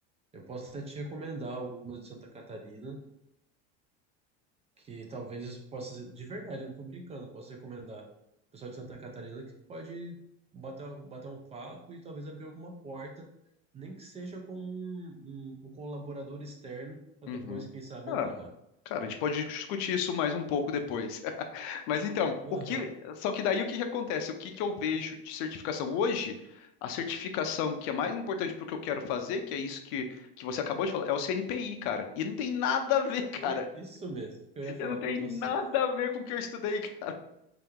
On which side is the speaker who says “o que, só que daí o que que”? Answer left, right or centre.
Left